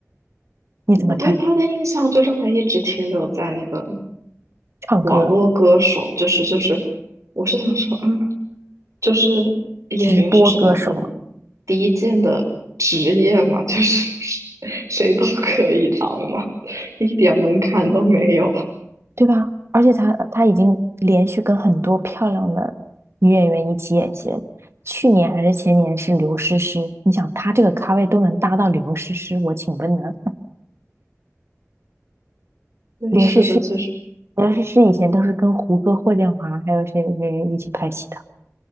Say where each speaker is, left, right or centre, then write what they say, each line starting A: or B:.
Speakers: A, on the right (about 55°); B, on the right (about 70°).
A: 你怎么看？
B: 我对他的印象就是还一直停留在那个
A: 唱歌，
B: 网络歌手，就是就是，我是想说，嗯，就是演员是什么很
A: 直播歌手。
B: 低贱的职业嘛，就是 <laughs> 谁都可以当嘛，<laughs> 一点门槛都没有。
A: 对吧？而且他他已经连续跟很多漂亮的女演员一起演戏了去年还是前年是刘诗诗，你想他这个咖位都能搭到刘诗诗，我请问呢？
B: 对，
A: 刘诗诗，
B: 是的，就是，
A: 刘诗诗以前都是跟胡歌、霍建华还有谁谁谁一起拍戏的，